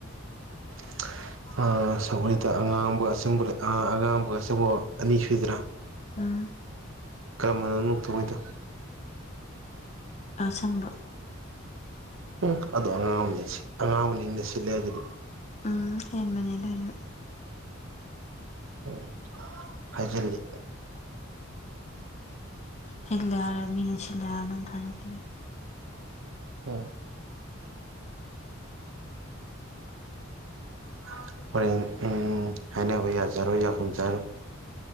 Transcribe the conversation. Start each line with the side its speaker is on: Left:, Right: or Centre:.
Right: <unintelligible> ꯑ ꯁꯒꯣꯣꯏꯗ ꯑꯉꯥꯡꯒ ꯑꯁꯪꯕ ꯑꯉꯥꯡꯕꯒ ꯑꯁꯪꯕ ꯑꯅꯤ ꯁꯨꯏꯗ꯭ꯔꯥ
Left: ꯎꯝ
Right: ꯀꯝꯕꯅꯅꯨꯡ ꯊꯣꯡꯉꯩꯗ
Left: ꯑꯁꯪꯕ
Right: ꯎꯒꯨ ꯑꯗꯨ ꯑꯉꯥꯑꯣꯕꯅꯦ ꯑꯉꯥꯑꯣꯕꯅꯥ꫰ꯁꯤꯠꯂꯦ ꯍꯥꯏꯗꯨꯗꯤ
Left: ꯎꯟ ꯍꯦꯟꯕꯅꯦ ꯑꯗꯨꯁꯨ
Right: ꯎꯟ ꯍꯥꯏꯖꯜꯂꯤ
Left: ꯍꯂ ꯃꯤꯁꯤꯦ ꯑꯅ ꯊꯖꯗꯤ <unintelligible>
Right: ꯎꯟ <inaudible> ꯍꯣꯔꯦꯟ ꯎꯝ ꯍꯥꯏꯅꯕ ꯌꯥꯁꯦ ꯍꯨꯕꯔꯣ ꯌꯥꯀꯨꯃꯦꯁ ꯍꯨꯟꯔꯣ